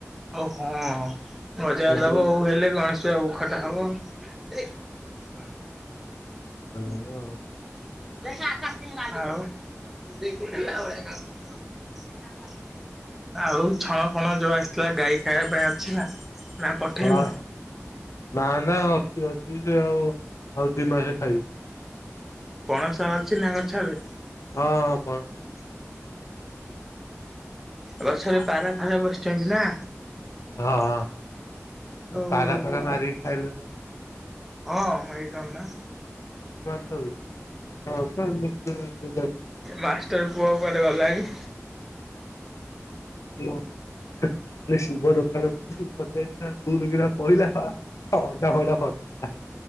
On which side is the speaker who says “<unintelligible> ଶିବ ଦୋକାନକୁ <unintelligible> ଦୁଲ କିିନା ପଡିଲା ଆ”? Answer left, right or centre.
Left